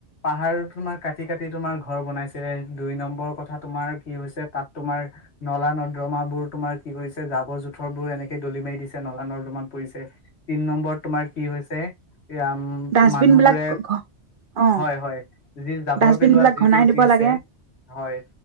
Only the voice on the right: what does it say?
ডাষ্টবিন
বিলাক অ
ডাষ্টবিন
বিলাক
ঘনাই দিব
লাগে